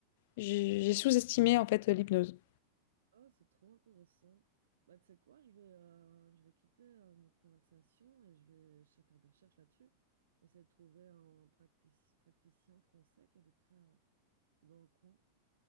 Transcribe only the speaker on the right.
Ah, c'est trop intéressant. Bah, tu sais quoi, je vais, euh, je vais quitter euh, notre conversation et je vais ch- faire des recherches là-dessus. Essayer de trouver un practic- praticien français qui habiterait euh, dans le coin.